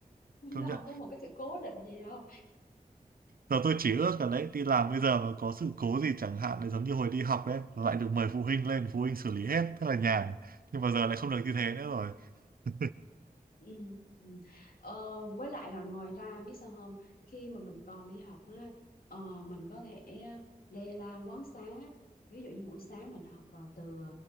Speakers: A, on the right; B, on the left.
A: công
B: đâu
A: nhận
B: có một cái sự cố định gì đâu
A: giờ tôi chỉ ước là đấy đi làm bây giờ mà có sự cố gì chẳng hạn lại giống như hồi đi học đấy lại được mời phụ huynh lên phụ huynh xử lý hết thế là nhàn nhưng mà giờ lại không được như thế nữa rồi <laughs>
B: Ừ. ừ. Ờ, với lại là ngoài ra biết sao không khi mà mình còn đi học á ờ, mình có thể lê la quán xá ví dụ như buổi sáng mình học ờ, từ